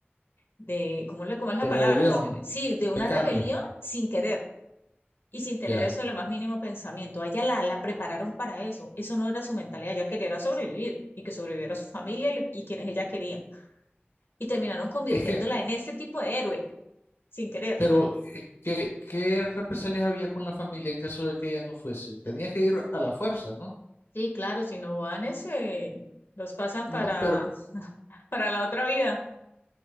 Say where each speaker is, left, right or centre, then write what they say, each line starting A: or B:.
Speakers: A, on the left; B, on the left.
A: de ¿cómo, le, ¿cómo es la
B: De
A: palabra?
B: rebelión,
A: Se me- Sí, de una
B: de cambio,
A: rebelión sin querer. y sin tener
B: ya.
A: eso en lo más mínimo pensamiento. A ella la, la prepararon para eso. Eso no era su mentalidad. Ella quería era sobrevivir y que sobreviviera su familia y, y quienes ella quería. Y terminaron convirtiéndola
B: Es que,
A: en este tipo de héroe, sin querer.
B: pero, eh, ¿qué, qué represalias había con la familia en caso de que ella no fuese? Tenía que ir a la fuerza, ¿no?
A: Sí, claro, si no van ese, los pasan para,
B: No, pero,
A: <laughs> para la otra vida.